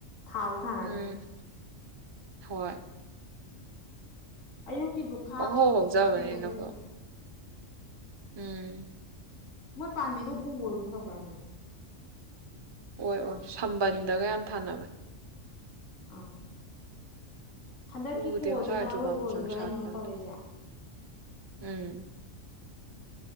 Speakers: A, on the left (about 85°); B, on the right (about 30°).
A: ꯊꯥꯗꯤ ꯊꯥꯅꯗꯦ
B: ꯎꯝ ꯍꯣꯏ
A: ꯑꯌꯨꯛꯀꯤꯗꯨ ꯈꯥꯕꯗꯕꯨꯗꯤ
B: ꯄꯪꯍꯧ ꯍꯧꯖꯕꯅꯤꯅꯀꯣ
A: ꯀꯠꯅꯩꯌꯦ ꯑꯗꯨꯏꯁꯨ
B: ꯎꯝ
A: ꯃꯣꯏ ꯄꯥꯝꯕꯤꯗꯣ ꯎꯒꯅ ꯇꯧꯔꯛꯅꯦ
B: ꯍ ꯑꯣ ꯁꯝꯕꯟꯗꯒꯌꯥꯝ ꯊꯥꯅꯕꯅꯤ
A: ꯑ ꯍꯟꯗꯛꯀꯤ
B: ꯎꯗꯦꯕ
A: ꯀꯣꯜꯁꯤꯅ
B: ꯁ꯭ꯋꯥꯏ ꯖꯨꯕꯥ
A: ꯑꯔꯣꯏꯕ
B: ꯀꯨꯁꯨꯝ
A: ꯑꯣꯏꯗꯣꯏꯔꯥ
B: ꯁꯥꯠꯄ
A: ꯑꯩꯅ ꯑꯃꯃ
B: ꯑꯗꯨ
A: ꯇꯧꯔꯛꯏꯁꯦ
B: ꯎꯝ